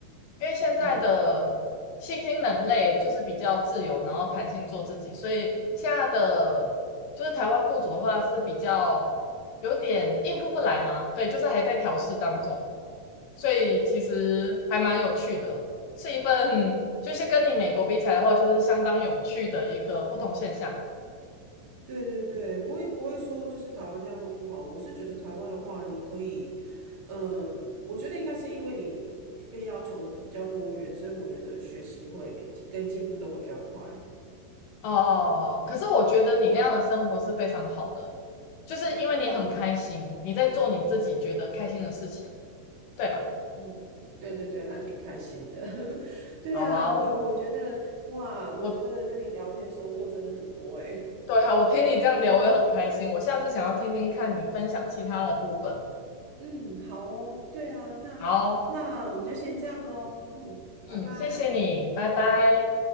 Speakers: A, on the left; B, on the right.
A: 因为现在的新兴人类就是比较自由，
B: 嗯
A: 然后弹性做自己，
B: 嗯，
A: 所以现在的就是台湾雇主的话是比较有点应付不来嘛，对，就是还在调试当中，
B: 对。
A: 所以其实还蛮有趣的，是一份就是跟你美国比起来的话，就是相当有趣的一个不同现象啊。
B: 对对对，我也不会说就是台湾这样都不好，我是觉得台湾的话，你可以，嗯，我觉得应该是因为你被要求的比较多元，所以我觉得学习会跟进步都会比较快。
A: 哦，可是我觉得你那样的生活是非常好的，
B: 对，
A: 就是因为你很开心，
B: 嗯
A: 你在做你自己觉得开心的事情，对吧？
B: 嗯，对对对，还挺开心的。<laughs> 对啊，
A: 好啊哦。
B: 我我觉得哇，我觉得跟你聊天收获真的很多诶。
A: 我对哈，我听你这样聊，我也很开心。我下次想要听听看你分享其他的部分。
B: <laughs> 嗯嗯，好哦，对啊，那那我们就先这样喽。
A: 好，
B: 嗯，拜拜。
A: 嗯，谢谢你，拜拜。